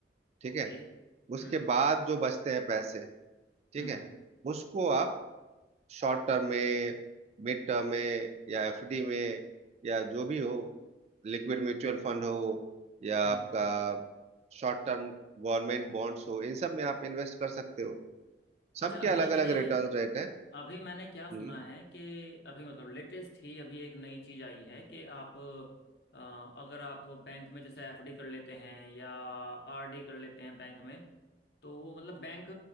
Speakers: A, on the right; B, on the left.
A: ठीक
B: ओके
A: है उसके
B: हम्म
A: बाद जो बचते हैं पैसे ठीक
B: हम्म
A: है उसको आप शॉर्ट टर्म में मिड टर्म में या एफडी में या जो भी हो लिक्विड म्यूचुअल फंड हो या
B: हम्म,
A: आपका
B: हम्म
A: शॉर्ट टर्म गवर्नमेंट बॉन्ड्स हो इन सब में आप इन्वेस्ट कर सकते हो सबके
B: अच्छा अभी
A: अलग
B: ना मैंने
A: अलग रिटर्न रेट है
B: अभी मैंने क्या सुना
A: हम्म
B: है कि अभी मतलब लेटेस्ट ही अभी एक नई चीज आई है कि आप अ, अगर आप बैंक में जैसे एफडी कर लेते हैं या आरडी कर लेते हैं बैंक में तो वो मतलब बैंक